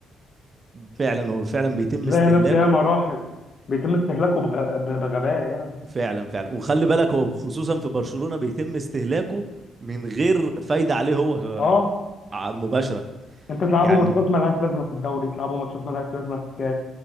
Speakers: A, on the right; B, on the left.
A: فعلا هو فعلا بيتم
B: زي
A: استهلاكه
B: ناس ياما راحت بيتم استهلاكه بغ... بغباء يعني
A: فعلا فعلا وخلي بالك هو خصوصا في برشلونة بيتم استهلاكه من غير فايدة عليه هو
B: اه
A: آه، مباشرة
B: انت تلعبوا
A: يعني
B: ماتشات ملهاش لازمه في الدوري تلعبوا ماتشات ملهاش لازمه في الكاس